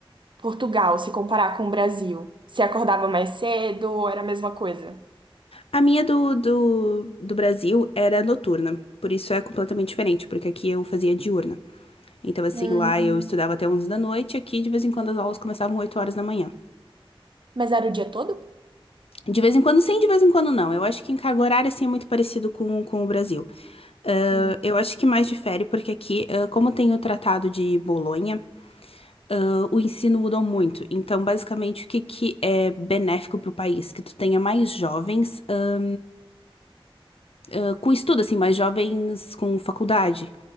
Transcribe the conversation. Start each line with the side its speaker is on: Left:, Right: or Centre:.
Right: Portugal, se comparar com o Brasil? Se acordava mais cedo, era a mesma coisa?
Left: A minha do, do, do Brasil era noturna, por isso é completamente diferente, porque aqui eu fazia diurna. Então, assim,
Right: Uhum.
Left: lá eu estudava até 11 da noite, aqui de vez em quando as aulas começavam 8 horas da manhã.
Right: Mas era o dia todo?
Left: De vez em quando sim, de vez em quando não. Eu acho que em carga horária, assim, é muito parecido com, com o Brasil. Ah,
Right: Hum.
Left: eu acho que mais difere porque aqui, ah, como tem o Tratado de Bolonha, ah, o ensino mudou muito. Então, basicamente, o que, que é benéfico para o país? Que tu tenha mais jovens, ah, ah, com estudo, assim, mais jovens com faculdade.